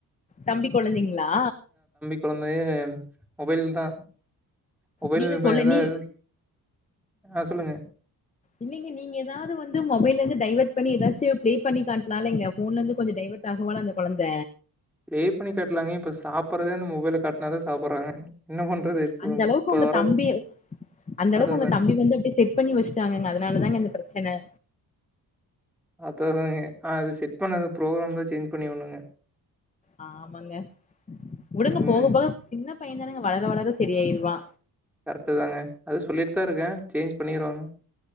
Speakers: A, on the left; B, in the centre.
A: தம்பி கொழந்தைங்ளா
B: கொழந்தயே மொபைல் தா மொபைல்ன்ட
A: நீங்க சொல்ல
B: எதாவுத்
A: நீ
B: ஆ சொல்லுங்க
A: இல்லிங்க நீங்க ஏதாவது வந்து மொபைல்லருந்து டைவர்ட் பண்ணி ஏதாச்சு பிளே பண்ணி காட்லால்லிங்க ஃபோன்லருந்து கொஞ்சோ டைவர்ட் ஆகுவால அந்த கொழந்த
B: பிளே பண்ணி காட்லாங்க இப்ப சாப்பர்றதே அந்த மொபைல காட்னா தா சாப்பர்றாங்க என்ன பண்றது இப்ப
A: அந்தளவுக்கு
B: இப்ப
A: ஒங்க
B: வர
A: தம்பி அந்தளவுக்கு
B: அதான் அதான்
A: ஒங்க தம்பி வந்து அப்டே செட் பண்ணி வச்சுட்டாங்கங்க அதனாலதாங்க இந்த பிரச்சன
B: அதாதாங்க அது செட் பண்ணது ப்ரோக்ராம்தா சேஞ்ச் பண்ணியாவுணுங்க
A: ஆமாங்க உடுங்க
B: ம்
A: போக போக சின்ன பைய தாங்க வளர வளர சரி ஆயிருவா
B: கரெக்ட்டு தாங்க அது சொல்லிட்டு தா இருக்கே சேஞ்ச் பண்ணிருவாங்க